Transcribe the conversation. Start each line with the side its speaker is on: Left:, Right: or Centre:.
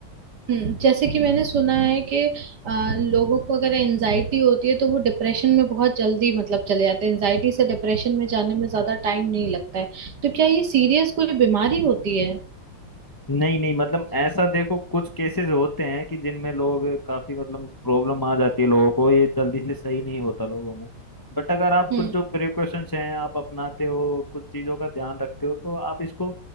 Right: हम्म, जैसे कि मैंने सुना है कि अ, लोगों को अगर एनजाइटी होती है तो वो डिप्रेशन में बहुत जल्दी मतलब चले जाते हैं एनजाइटी से डिप्रेशन में जाने में ज्यादा टाइम नहीं लगता है तो क्या ये सीरियस कोई बीमारी होती है
Left: नहीं नहीं मतलब ऐसा देखो कुछ केसेस होते हैं कि जिनमें लोग काफी मतलब प्रॉब्लम आ जाती है लोगों को ये जल्दी से सही नहीं होता लोगों में बट अगर आप
Right: हम्म
Left: कुछ जो प्रिकॉशंस हैं आप अपनाते हो कुछ चीजों का ध्यान रखते हो तो आप इसको